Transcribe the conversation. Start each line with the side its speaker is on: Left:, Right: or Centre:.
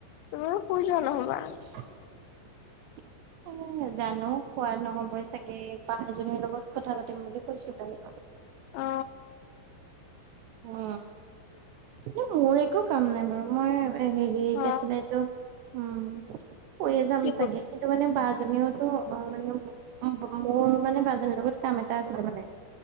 Left: তুমিও শুই যোৱা নহবা?
Right: <unintelligible> উ জানো শুৱা নহবই চাগে বা এজনীৰ লগত কথা পাতিম বুলি কৈছো তাৰ লগত
Left: অ
Right: উ এ মোৰ একো কাম নাই বাৰু মই মানে হেৰি
Left: অ',
Right: কি আছিলে এইটো উম শুৱে যাম
Left: কি
Right: চাগে?
Left: ক
Right: কিন্তু মানে বাজনীওতো অ মানে মোৰ মানে বাজনীৰ লগত কাম এটা আছিলে মানে।